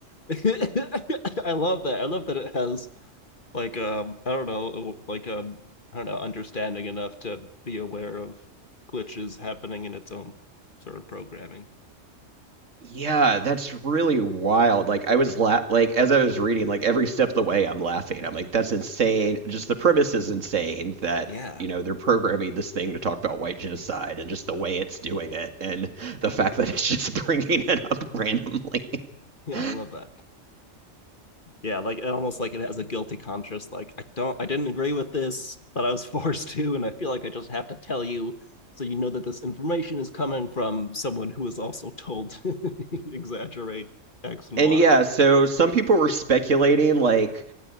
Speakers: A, on the left (about 40°); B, on the right (about 70°).
A: I love that. I love that it has like um I don't know uh, like um I don't know understanding enough to be aware of glitches happening in its own sort of programming.
B: Yeah, that's really wild. Like I was la like as I was reading, like every step of the way I'm laughing. I'm like, that's insane. Just the premise is insane that,
A: Yeah.
B: you know, they're programming this thing to talk about white genocide and just the way it's doing it and the fact that it's just <laughs> bringing it up randomly. <laughs>
A: Yeah, I love that. yeah like almost like it has a guilty conscience like i don't i didn't agree with this but i was <laughs> forced to and i feel like i just have to tell you so you know that this information is coming from someone who is also told to <laughs> exaggerate x and
B: And
A: y
B: yeah, so some people were speculating like